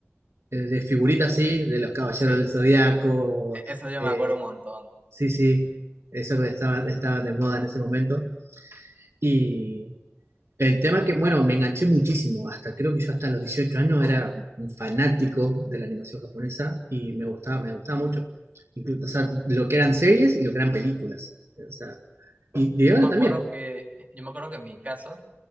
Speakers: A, on the right (about 75°); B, on the right (about 35°).
A: eh, de figuritas así, de los Caballeros
B: Sí, e-
A: del Zodiaco,
B: eso yo
A: eh,
B: me acuerdo un montón.
A: Sí, sí, eso que estaba, estaba de moda en ese momento. Y el tema que, bueno, me enganché muchísimo, hasta creo que yo hasta los 18 años era un fanático de la animación japonesa y me gustaba, me gustaba mucho. Incluso, o sea, lo que eran series y lo que eran películas. O sea, y de grande
B: Yo me acuerdo
A: también.
B: que, yo me acuerdo que en mi caso